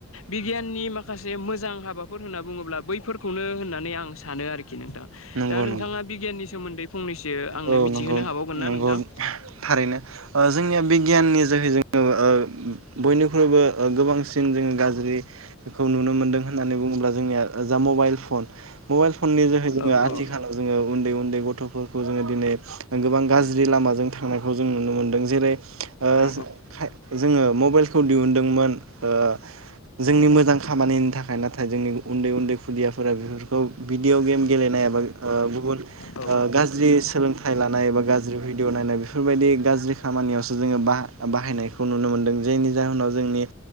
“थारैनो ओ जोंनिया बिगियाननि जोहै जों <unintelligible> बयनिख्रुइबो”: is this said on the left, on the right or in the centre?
Right